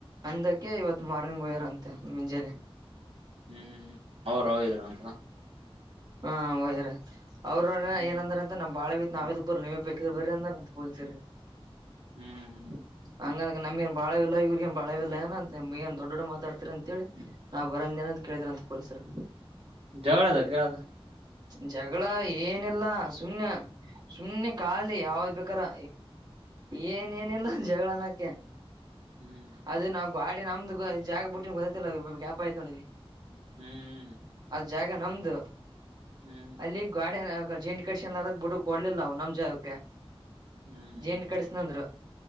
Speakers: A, on the right (about 40°); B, on the right (about 70°).
A: ಅಂದಕ್ಕೆ ಇವತ್ ಮಾರ್ನಿಂಗ್ ಹಯ್ಯಾರಂತೆ ಮಿಂಜಲಿ
B: ಹ್ಮ್ ಅವ್ರ ಅವಾವಿದ್ರ ಅಂತ
A: ಹಾ ವಯರ ಅವ್್ರ ನೋಡ್ರ
B: ಹ್ಮ್
A: ಏನಂದ್ರ ಅಂತೆ ನಮ್ ಬಾಳೆ ಬಿ ನಾವ್ದ ಬರ ನೀವು ಬೇಕ ಬರ ಅಂದ ಅಂತ ಪೋಲ್ಸರಿ
B: ಹ್ಮ್
A: ಹಂಗಂದ ನಿ ಬಾಳ ಇವ್ರಗ ಏ ಬಾಳ ಇ ಏ ಅ ಏ ದೊಡ್ ದೊಡ್ಡ ಮಾತಡ್ತರಿ ಅಂತೇಳಿ ನಾ್ ಬಂದ ಏ ಅಂತ ಕೇಳಿದ್ರ ಅಂತ ಪಲರಿಸರ
B: ಜವಳ ಅದಕ್ಕೆದು
A: ಜಗಳ ಏನಲ್ಲಾ ಸುಮಮ್ಮನೆ ಸುಮ್ನೆ ಖಾಲಿ ಯಾವ್ದ್ ಬೇಕಾರ ಏನೇಏನಿಲ್ಲ ಜಗಳನಕ್ಕೆ
B: ಹ್ಮ್
A: ಅದು ನಾವ್ ಗಾಡಿ ನಮ್ದು ಜಾಗ ಬಿಟ್ಟಿ ಗೊತ್ತಲ್ಲ ಗ್ಯಾಪ್ ಆಯತತ್ ನೋಡಲ್ಲಿ
B: ಹ್ಮ್
A: ಜಾಗ ನಮ್ದು
B: ಹ್ಮ್
A: ಅಲ್ಲಿ ಗಾಡ ಗ ಜೆಟಿ ಕಸನ್ ಅದಕ್ ಬಿಟ್ಟಕ್ ಕೊಡ್ಲಿಲ್ಲಾವು ನಮ್ ಜಾಗಕ್ಕೆ
B: ಹ್ಮ್
A: ಜೇಂಡಿ ಕಡಸನಂದರು